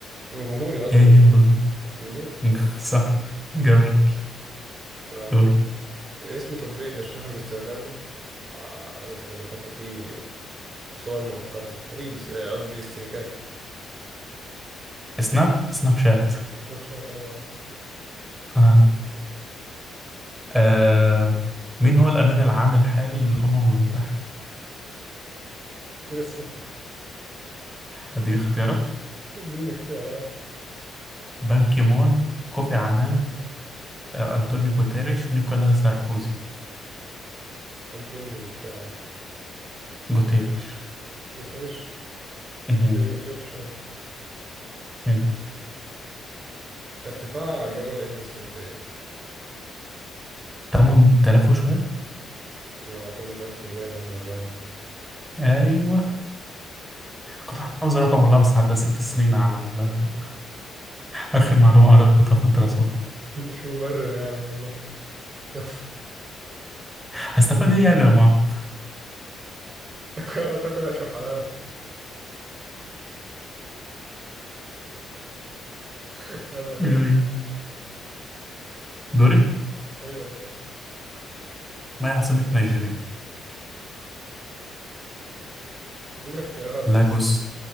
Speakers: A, on the right; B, in the centre.
A: جمهوري قصدي
B: إيه
A: جمهوري
B: النظام
A: جمهوري
B: <laughs> صح جميل
A: اه
B: دور
A: اسم تطبيق اللي اشتهر باستخدامه آه، عشان كانوا بيحطوا فيه صور مؤقته ريلز آه، قصدي استريكات
B: سناب سناب شات
A: سناب شات ايوه يا عم
B: آه. آه. مين هو الأمين العام الحالي للأمم المتحدة
A: كده اسمه <laughs>
B: هدي اختيارات
A: اديني اختيارات
B: بان كيمون كوفي عنان آه، أنطونيو غوتيريش نيكولا ساركوزي
A: انتوني بتاع
B: جوتيرش
A: جوثيرش
B: مهم.
A: توني جوثيرش اه
B: مهم.
A: ارتفاع جبل إيفرست قد إيه؟
B: 8000 وشوية
A: اه 8848
B: ايوه كنت حافظ الرقم والله بس عدى ست سنين على ال- اخر معلومة قريتها
A: <laughs>
B: في الدراسات
A: مش مبرر يعني والله <laughs>
B: هستفاد ايه يعني لما اعرف
A: تاكل تاكل عيش وحلاوة <laughs> يلا يا
B: جميل
A: ابني
B: دوري
A: أيوة يا باشا
B: ما هي عاصمة نيجيريا
A: اديني اختيارات
B: لاجوس
A: بس